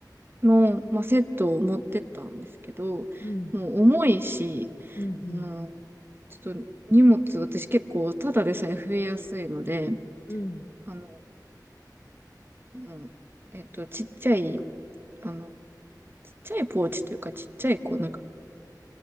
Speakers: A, on the right; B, on the left.
A: の、まあ、セットを持ってったんですけど、
B: うん
A: もう重いし、
B: うんうん
A: あの、ちょっと荷物、私結構ただでさえ増えやすいので、
B: うん
A: あの、その、えっと、ちっちゃい、あの、ちっちゃいポーチというか、ちっちゃい、こう、なんか、